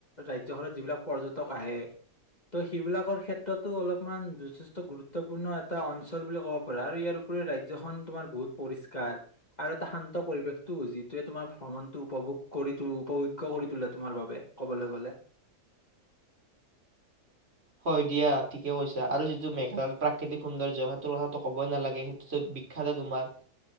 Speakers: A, on the left (about 30°); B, on the right (about 40°).
A: ৰাজ্যখনৰ যিবিলাক পৰ্যটক আহে ত' সেইবিলাকৰ ক্ষেত্ৰতো অলপমান যথেষ্ট গুৰুত্বপূৰ্ণ এ এটা অঞ্চল বুলি কব পৰা আৰু ইয়াৰ উপৰি ৰাজ্যখন তোমাৰ বহুত পৰিষ্কাৰ আৰু এটা শান্ত পৰিৱেশটো যিটোৱে তোমাৰ ভ্ৰমণটো উপভোগ কৰিটো উপভোগ্য কৰি তোলে তোমাৰ বাবে ক'বলৈ গলে।
B: হয় দিয়া ঠিকে কৈছা আৰু যিটো মেঘালয় প্ৰাকৃতিক সৌন্দৰ্য সেইটোৰ কথাটো ক'বই নালাগে সেইটোতো বিখ্যাতে তোমাৰ